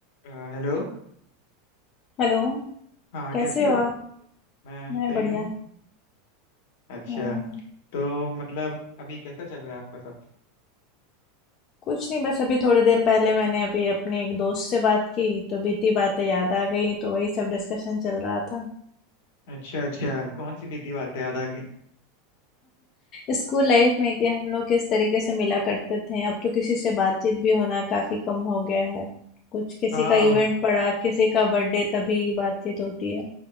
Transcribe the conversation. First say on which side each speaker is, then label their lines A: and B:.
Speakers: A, on the left; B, on the left.
A: अ, hello
B: हेलो
A: हाँ
B: कैसे
A: कैसी
B: हो
A: हो
B: आप
A: मैं
B: मैं
A: सही
B: बढ़िया
A: हूँ अच्छा
B: हाँ,
A: तो मतलब अभी कैसा चल रहा है आपका सब
B: कुछ नहीं बस अभी थोड़ी देर पहले मैंने अभी अपने एक दोस्त से बात की तो बीती बातें याद आ गई तो वही सब डिस्कशन चल रहा था
A: अच्छा अच्छा कौन सी बीती बातें याद आ गई
B: स्कूल लाइफ में कि हम लोग किस तरीके से मिला करते थे अब तो किसी से बातचीत भी होना काफी कम हो गया है कुछ किसी
A: हाँ
B: का इवेंट पड़ा किसी का बर्थडे तभी बातचीत होती है